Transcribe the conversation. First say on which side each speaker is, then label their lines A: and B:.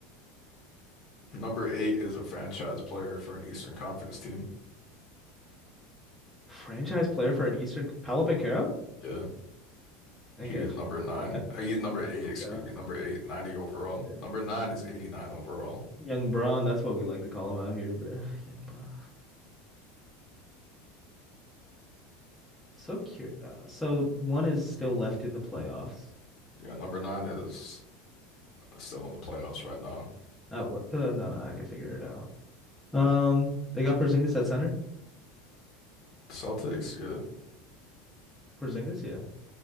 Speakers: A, on the left (about 45°); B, in the centre.
A: Number eight is a franchise player for an Eastern Conference team.
B: Franchise player for an Eastern Paolo Banchero?
A: Yeah,
B: I
A: he
B: got
A: is number
B: you.
A: nine.
B: Yeah, he got
A: Uh, He's
B: and
A: number
B: he got
A: eight,
B: knocked
A: excuse
B: out.
A: me, number eight, ninety overall.
B: Yeah.
A: Number nine is 89 overall.
B: Young Braun, that's what we like to call him out here, bro. <sighs> Young Braun. So curious. Uh, so one is still left in the playoffs.
A: Yeah, number nine is still in the playoffs right now.
B: Uh, wha- uh, no, no, I can figure it out. Um, they got Porzingis at center.
A: Celtics, yeah.
B: Porzingis, yeah,